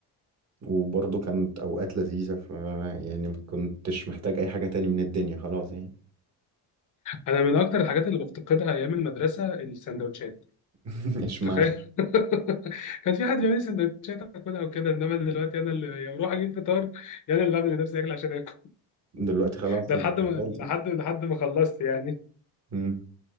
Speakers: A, on the right (about 40°); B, on the left (about 45°).
A: وبرضو كانت أوقات لذيذة ف يعني ما كنتش محتاج أي حاجة تاني من الدنيا خلاص يعني
B: انا من اكتر الحاجات اللي بفتقدها ايام المدرسه السندوتشات
A: <laughs> إيش
B: تخيل
A: معنى
B: <laughs> كان في حد بيعمل لي سندوتشات اكلها وكده انما دلوقتي انا اللي يا بروح اجيب فطار يا انا اللي بعمل لنفسي اكل عشان اكل
A: دلوقتي خلاص
B: ده
A: أنت
B: لحد
A: شغال
B: ما لحد
A: صح؟
B: لحد ما خلصت يعني
A: مم.